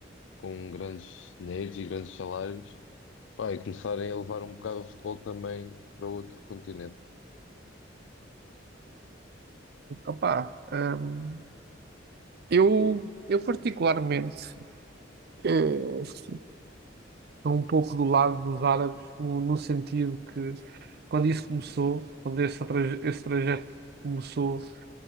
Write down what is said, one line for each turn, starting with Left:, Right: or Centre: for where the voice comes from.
Left: com grandes dinheiros e grandes salários, pá, e começarem a levar um bocado o futebol também para outro continente.
Right: Opa, hum, eu, eu particularmente eh, estou um pouco do lado dos árabes no, no sentido que quando isso começou, quando esse, traje- esse trajeto começou,